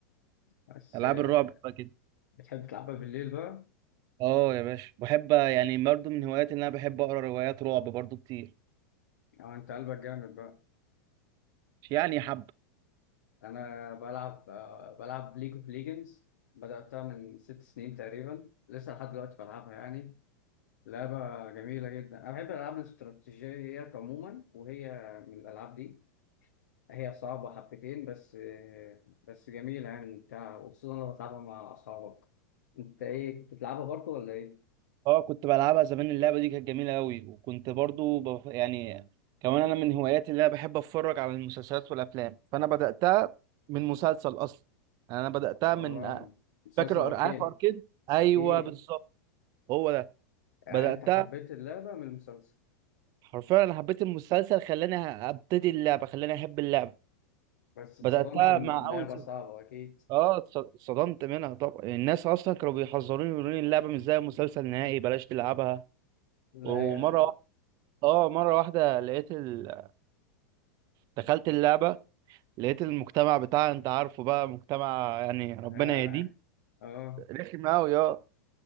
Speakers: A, on the left (about 75°); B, on the right (about 45°).
A: بس
B: العاب
A: آه،
B: الرعب <laughs> بتبقى كده
A: بتحب تلعبها بالليل بقى
B: اه يا باشا بحب يعني برضه من هواياتي ان انا بحب اقرا روايات رعب برضه كتير
A: او انت قلبك جامد بقى
B: مش يعني حب
A: انا بلعب آه، بلعب ليج اوف ليجندز بدأتها من ست سنين تقريبا لسه لحد دلوقتي بلعبها يعني لعبة جميلة جدا انا بحب الالعاب الاستراتيجيات عموما وهي من الالعاب دي هي صعبة حبتين بس آه، بس جميلة يعني ممتعة وخصوصا لو بتلعبها مع اصحابك انت ايه كنت بتلعبها برضو ولا ايه
B: اه كنت بلعبها زمان اللعبه دي كانت جميله قوي وكنت برضه بف... يعني كمان انا من هواياتي اللي انا بحب اتفرج على المسلسلات والافلام فانا بداتها من مسلسل اصلا يعني انا بداتها
A: اه
B: من
A: مسلسل
B: فاكر
A: اركين
B: عارف اركين ايوه
A: اكيد
B: بالظبط هو ده
A: يعني
B: بداتها
A: انت حبيت اللعبه من المسلسل
B: حرفيا انا حبيت المسلسل خلاني ابتدي اللعبه خلاني احب اللعبه
A: بس اتصدمت
B: بداتها
A: ان
B: مع
A: اللعبه
B: اول سيزون
A: صعبه اكيد
B: اه اتص- اتصدمت منها طبعا الناس اصلا كانوا بيحذروني يقولوا لي اللعبه مش زي المسلسل نهائي بلاش تلعبها
A: لا
B: ومره
A: يا
B: واحده اه مره واحده لقيت ال... دخلت اللعبه لقيت المجتمع بتاعها انت عارفه بقى مجتمع يعني ربنا
A: اه
B: يهديه
A: اه آه.
B: رخم قوي اه